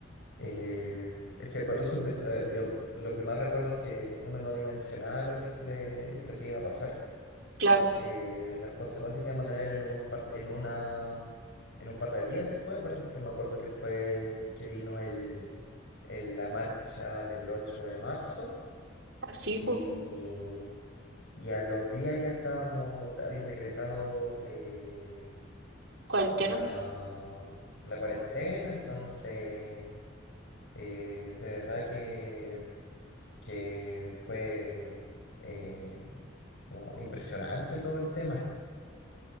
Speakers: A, on the left; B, on the right.
A: eh, es que por eso eh, yo lo que más recuerdo es que uno no dimensionaba lo que se le, lo que iba a pasar.
B: claro,
A: eh, las consecuencias que vamos a tener en un par, en una, en un par de días después. Por ejemplo, me acuerdo que fue que vino el, el- la marcha del ocho de marzo
B: así
A: y,
B: como
A: y a los días ya estábamos, habían decretado eh,
B: cuarentena.
A: la, la cuarentena, entonces eh, de verdad que, que fue eh, como impresionante todo el tema.